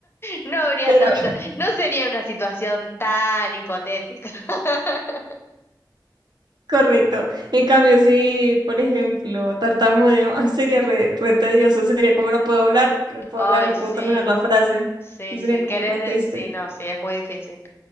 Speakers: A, on the left (about 30°); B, on the right (about 65°).
A: No habría
B: Pero
A: tanta, no sería una situación tan hipotética. <laughs>
B: Correcto. En cambio, si, por ejemplo, tartamudeo, ay, sería re, re tedioso, sería como no puedo hablar, no puedo
A: Ay,
B: hablar, no
A: sí,
B: puedo terminar la frase,
A: sí,
B: y
A: sí,
B: sería como
A: querés,
B: re
A: de-
B: triste.
A: sí, no, sí, es muy difícil.